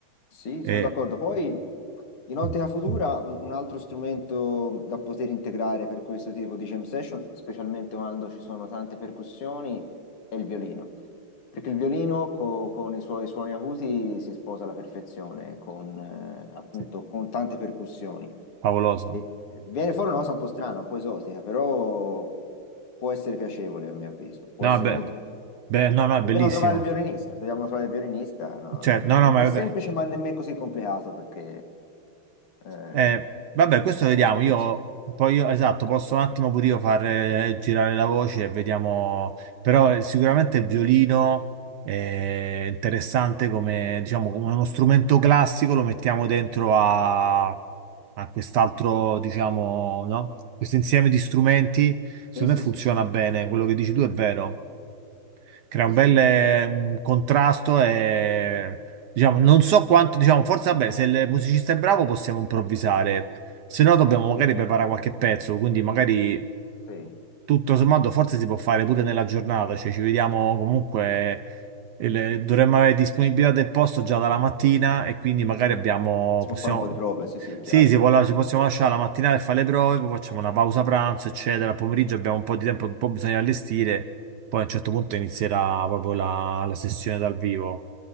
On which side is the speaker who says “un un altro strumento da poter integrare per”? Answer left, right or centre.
Left